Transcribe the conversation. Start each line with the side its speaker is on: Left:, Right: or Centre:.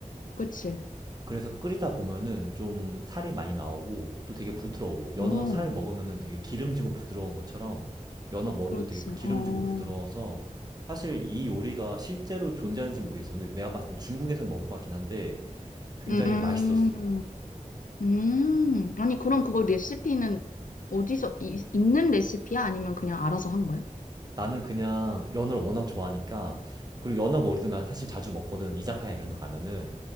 Left: 그치.
Right: 그래서 끓이다 보면은 좀 살이 많이 나오고 또 되게 부드러워. 연어
Left: 어,
Right: 살 먹으면은 되게 기름지고 부드러운 것처럼 연어 머리도
Left: 그렇지.
Right: 되게 기름지고
Left: 어,
Right: 부드러워서 사실 이 요리가 실제로 존재하는지 는 모르겠어. 근데 내가 봤을 때 중국에서 먹을 것 같긴 한데 굉장히
Left: 음,
Right: 맛있었어.
Left: 음. 아니, 그럼 그거 레시피는 어디서, 이- 있는 레시피야? 아니면 그냥 알아서 한 거야?
Right: 나는 그냥 연어를 워낙 좋아하니까 그리고 연어 머리도 난 사실 자주 먹거든 이자카야 이런 데 가면은